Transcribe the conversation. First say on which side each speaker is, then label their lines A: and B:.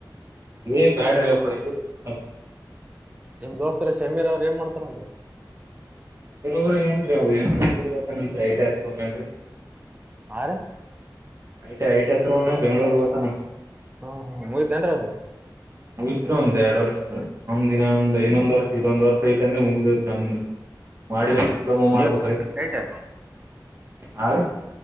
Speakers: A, on the right (about 40°); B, on the right (about 20°).
A: ಏ ಬ್ಯಾಡ್ರೀ ಎಲ್ಲಿಡಮ್
B: ನಿಮ್ ದೋಸ್ತರು ಸಮೀರ ಅವ್ರ ಏನ್ ಮಾಡ್ತಾರಂದ್ರೆ
A: ಬರವರು ಏನ್ರೀ ಅವ ಏನ್ೀ ಹ ಗತಂತ ರೈಟ್ ಆಯ್ತ್ಮ್ಮಂಗರಿ
B: ಹಾ ರೀ
A: ಐ ಐಟ್ ಹತ್ರಾಗ ಬೆಂಗ್ಳೂರ್ ಹತಾನ
B: ಹ್ಮ್ ಹ್ಮ್ ಮುಗಿತೇನ್ರೀ ಅವಂದು
A: ಮುಗಿದ್ರೆ ಒಂದ್ ಎರಡ್ ವರ್ಷದ ನಮ್ದಿನ ಒಂದ್ ಇನ್ನೊಂದ್ ವರ್ಷ ಇದೊಂದ್ ವರ್ಷ ಐತೆ ಅಂದ್ರೆ ಮುಗ್ದ ನಮ್ದ ಮಾಡಬೇಕ ಡಿಪ್ಲೊಮೋ ಮಾಡ್ಬೋದ್ರೀ
B: ನೀವ ರೈಟ್
A: ಹಾ ರೀ